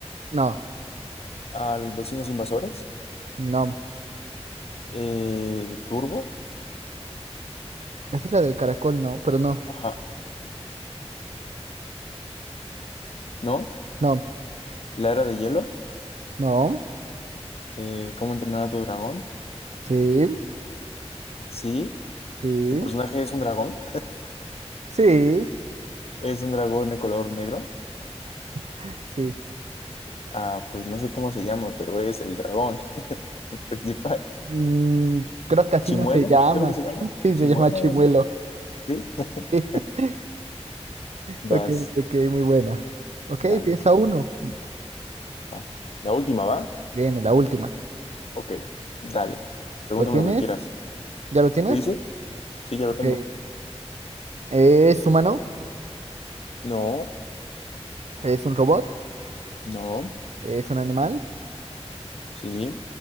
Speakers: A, on the right; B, on the left.
A: No.
B: al Vecinos Invasores,
A: No.
B: eh, Turbo,
A: Esa es la del caracol, no. Pero no.
B: ajá, ¿no?
A: No.
B: La Era de Hielo,
A: No.
B: eh, ¿Cómo entrenar a tu dragón?
A: Sí.
B: Sí,
A: Sí.
B: ¿tu personaje es un dragón?
A: Sí.
B: Es un dragón de color negro.
A: <laughs> Sí.
B: Ah, pues no sé cómo se llama, pero es el dragón <laughs> principal.
A: Mm, creo que así
B: Chimuelo,
A: no se llama.
B: creo que se llama.
A: <laughs> Sí,
B: Chimuelo,
A: se llama chimuelo.
B: algo así. Sí. <laughs>
A: <laughs>
B: Vas,
A: Ok, ok, muy buena. Ok,
B: dale,
A: piensa uno.
B: va. La última va.
A: Viene la última.
B: Ok, dale. Pregúntame
A: ¿Lo tienes?
B: lo que quieras.
A: ¿Ya lo tienes?
B: ¿Te dice? Sí, ya lo
A: Ok.
B: tengo.
A: ¿Es humano?
B: No,
A: ¿Es un robot?
B: no,
A: ¿Es un animal?
B: sí,